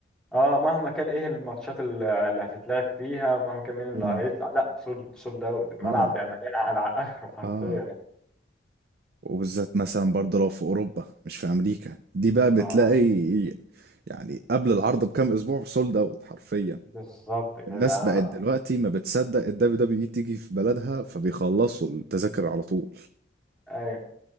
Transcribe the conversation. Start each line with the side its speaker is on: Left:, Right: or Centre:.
Centre: اه مهما كان ايه الماتشات ال- اللي هتتلعب فيها مهما كان مين اللي
Right: امم
Centre: هيطلع لا سولد سولد اوت الملعب
Right: اه
Centre: بقى مليان على اخره حرفيا
Right: اه
Centre: يعني
Right: وبالذات مثلا برضه لو في أوروبا مش في أمريكا دي بقى بتلاقي
Centre: اه
Right: يعني قبل العرض بكام أسبوع سولد اوت حرفيا
Centre: بالظبط كده
Right: الناس
Centre: آه،
Right: بقت دلوقتي ما بتصدق ال WWE تيجي في بلدها فبيخلصوا التذاكر على طول
Centre: اي